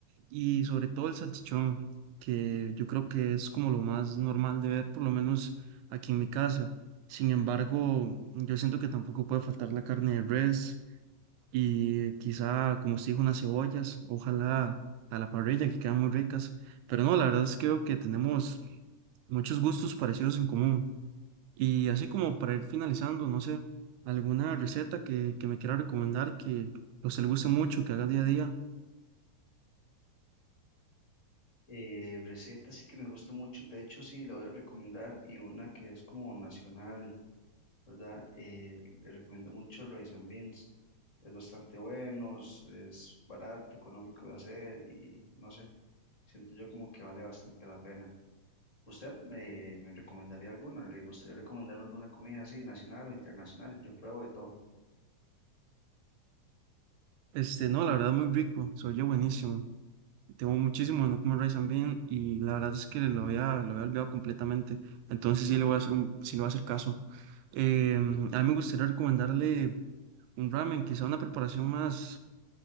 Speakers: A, on the right (about 80°); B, on the left (about 25°).
A: y sobre todo el salchichón, que yo creo que es como lo más normal de ver, por lo menos aquí en mi casa. Sin embargo, yo siento que tampoco puede faltar la carne de res y quizá, como se dijo, unas cebollas, ojalá a la parrilla, que quedan muy ricas. Pero no, la verdad es que creo que tenemos muchos gustos parecidos en común. Y así como para ir finalizando, no sé, alguna receta que, que me quiera recomendar que o se le guste mucho, que haga día a día.
B: Eh, receta sí que me gusta mucho, de hecho sí, la voy a recomendar y una que es como nacional, ¿verdad? Eh, le recomiendo mucho el rice and beans, es bastante bueno, es es barato, económico de hacer y no sé, siento yo como que vale bastante la pena. ¿Usted me, me recomendaría alguna? ¿Le gustaría recomendarme alguna comida así, nacional o internacional? Yo pruebo de todo.
A: Este, no, la verdad muy rico, se oye buenísimo. Tengo muchísimo de no comer rice and bean y la verdad es que lo había, lo había olvidado completamente. Entonces sí le voy a hacer un, sí le voy a hacer caso. Eh, a mí me gustaría recomendarle un ramen, quizá una preparación más,